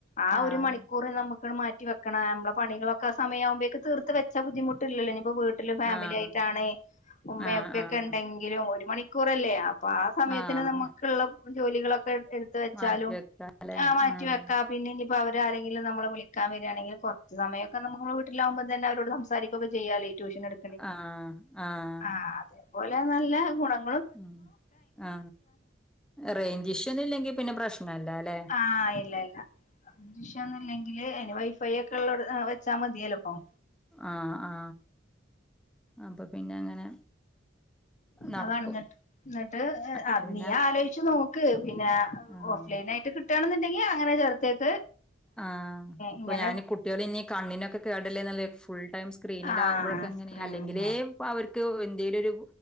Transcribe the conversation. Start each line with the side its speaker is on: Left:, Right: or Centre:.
Left: ആ
Centre: ആഹ്
Left: ഒരു മണിക്കൂറ് നമു മാറ്റിവെണം. ആ നമ്മളെ പണികളൊക്കെ ആ സമയയാവുമ്പേക്ക് തീർത്ത് വെച്ചാ ബുദ്ധിമുട്ടില്ലല്ലൊ ഇഞ്പ്പോ വീ ലു ഫാമിലി
Centre: ആഹ്
Left: ആയിട്ടാണ് ഉമ്മെ
Centre: ആഹ്
Left: ഉപ്പ്യെക്കെ
Centre: ആഹ്
Left: ഇണ്ടെങ്കിലും ഒരു മണിക്കൂറല്ലെ അപ്പൊ ആ സമയത്തിന്
Centre: ആഹ്
Left: നമുക്കുള്ള ജോലികളൊക്കെ എടുത്ത് വെച്ചാലും
Centre: മാറ്റി വെക്കാല്ലേ
Left: ആ മാറ്റി
Centre: ആഹ്
Left: വെക്കാ പിന്നെ ഇഞ്പ്പം അവരെ ആരെങ്കിലും നമ്മളെ വിളിക്കാം വരാണെങ്കിലും കൊറച്ച് സമയൊക്കെ നമ്മൾ വീട്ടിലാകുമ്പ തന്നെ അവരോട് സംസാ രിക്കൊക്ക ചെയ്യാലൊ ഈ ട്യൂഷൻ എടു
Centre: ആഹ് ആഹ
Left: ആ അതേപോലെ നല്ല ഗുണം
Centre: ഉം ആ റേയ്ഞ്ച് ഇഷ്യുന്നും ഇല്ലെങ്കി പിന്നെ പ്രശ്നം ഇല്ലാലെ.
Left: ആ ഇല്ല ഇല്ല. അ <unintelligible> വിഷയൊന്നുമില്ലെങ്കില് അതിന് വൈഫൈ ഒക്കെ ഇള്ളൊ <unintelligible> വെച്ചാ മതിയല്ലൊ ഇപ്പം
Centre: ആ ആ അപ്പ പിന്നെ അങ്ങനെ നടക്കും
Left: അതാണ് ഇന്നട്ട്. ഇന്നട്ട്
Centre: അല്ലെങ്കി പിന്നെ
Left: നീ ആലോജിച്ച് നോക്ക് പിന്നെ.
Centre: ആഹ്
Left: ഓഫ് ലൈനായിട്ട് കിട്ടാണ്ന്നുണ്ടെങ്കി അങ്ങനെ ചേർത്തേക്ക്.
Centre: ആ അപ്പൊ
Left: ഇങ്ങനെ
Centre: ഞാന് കുട്ട്യേള് ഇഞ് കണ്ണിനൊക്കെ കേടല്ലേ ഫുൾ ടൈം സ്ക്രീനിലാകുമ്പോഴൊക്കെ
Left: ആഹ്
Centre: ഇങ്ങനെ.
Left: സ്ക്രീനില്ല
Centre: അല്ലെങ്കിലേ അവർക്ക് എന്തെലൊരു